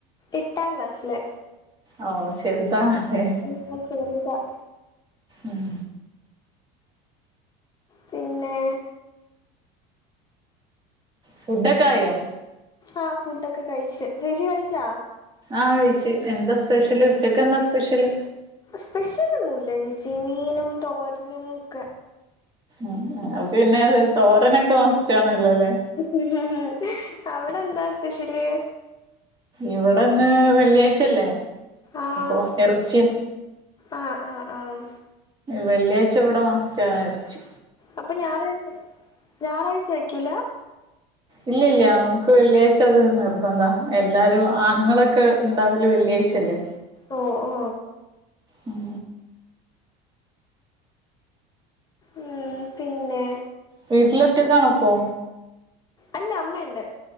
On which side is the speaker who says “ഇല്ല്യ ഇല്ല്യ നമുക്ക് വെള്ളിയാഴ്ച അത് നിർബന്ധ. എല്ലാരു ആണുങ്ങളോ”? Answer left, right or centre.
Right